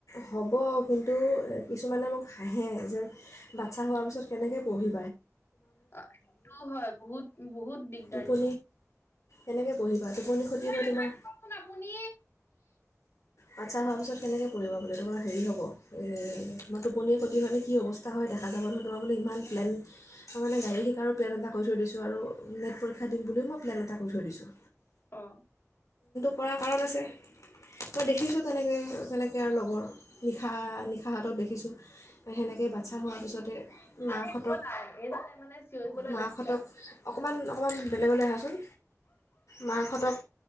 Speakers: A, on the left (about 85°); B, on the left (about 50°).
A: হ'ব কিন্তু কিছুমানে মোক হাঁহে যে বাচ্ছা হোৱাৰ পিছত কেনেকৈ পঢ়ি
B: অ এইটো হয় বহুত বহুত দিগদাৰী
A: টো। এনেকৈ পঢ়িবা টোপনি ক্ষতি হয়
B: নাথাকিবচোন
A: তোমাৰ।
B: আপুনি
A: বাচ্ছা হোৱাৰ পিছত কেনেকৈ পৰিবা বোলে তোমাৰ হেৰি হ'ব এই আমাৰ টোপনিৰ প্ৰতি মানে কি অৱস্থা হয়। দেখা যাব নহয় তোমাৰো ই প্লেন তাৰানে গাড়ী শিকাৰো প্লেন এটা ক কৰি থৈ দিছোঁ আৰু নেটৰীক্ষ দি বুলো মই প্লেন এটা কৰি থৈছোঁ।
B: অঁ।
A: কৰাৰ কাৰণ আছে। মই দেখিছোঁ তেনেকৈ কেনেকৈ আৰু লগৰ নিশা নিশাহাতক দে শিকিছোঁ সেনেকেই বাচ্ছা হোৱাৰ পিছতে মাকহঁতক
B: এ হ'ল আৰু এইবাৰ মানে চিঞৰিবলৈ
A: মাহহঁতক
B: লাগিলে আৰু
A: অকণমান অকণমান বেলেগলৈ আহাচোন মহঁতক